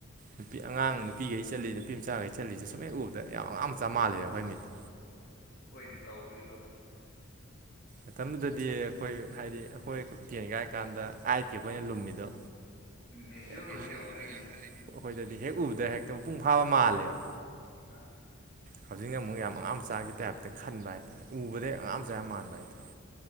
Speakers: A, on the right; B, on the left.
A: ꯅꯨꯄꯤ ꯑꯉꯥꯡ ꯅꯨꯄꯤꯈꯩ ꯆꯠꯂꯤꯁ ꯅꯨꯄꯤ ꯃꯆꯥꯈꯩ ꯆꯠꯂꯤꯁꯦ ꯁꯨꯝ ꯍꯦꯛ ꯎꯕꯗ ꯌꯥꯝ ꯑꯉꯥꯡ ꯃꯆꯥ ꯃꯥꯜꯂꯦꯕ ꯑꯩꯈꯣꯏ ꯃꯤꯠꯇ
B: ꯍꯣꯏꯗꯤ ꯇꯧꯕꯗꯤ ꯇꯧ
A: ꯃꯇꯝꯗꯨꯗꯗꯤ ꯑꯩꯈꯣꯏ ꯍꯥꯏꯗꯤ ꯑꯩꯈꯣꯏ ꯇꯦꯟ ꯀꯥꯏ ꯀꯥꯟꯗ ꯑꯩꯠꯀꯤ ꯑꯩꯈꯣꯏꯅ ꯂꯨꯝꯃꯤꯗꯣ
B: ꯎꯝ ꯃꯦꯆꯤꯌꯣꯔ
A: ꯑꯩꯈꯣꯏꯗꯗꯤ
B: ꯑꯣꯏꯔꯦꯒ ꯈꯜꯂꯤꯅꯦꯕ
A: ꯍꯦꯛ ꯎꯕꯗ ꯍꯦꯛꯇ ꯃꯄꯨꯡ ꯐꯥꯕ ꯃꯥꯜꯂꯦꯕ
B: ꯑꯥ
A: ꯍꯧꯖꯤꯛꯅ ꯑꯃꯨꯛ ꯌꯥꯝ ꯑꯉꯥꯡ ꯃꯆꯥꯒꯤ ꯇꯥꯏꯞꯇ ꯈꯟꯕ ꯍꯥꯏꯔꯦ ꯎꯕꯗ ꯑꯉꯥꯡ ꯃꯆꯥ ꯌꯥꯝ ꯃꯥꯟꯕ ꯍꯥꯏꯇꯥꯔꯦ